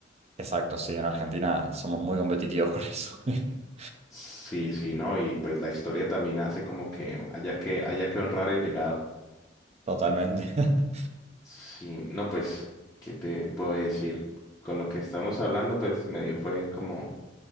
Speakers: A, on the right; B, on the left.
A: exacto, sí, en Argentina somos muy competitivos con eso. <laughs>
B: Sí, sí, ¿no? Y pues la historia también hace como que haya que, haya que honrar el legado.
A: Totalmente. <laughs>
B: Sí, no, pues, ¿qué te puedo decir? Con lo que estamos hablando, pues medio fue como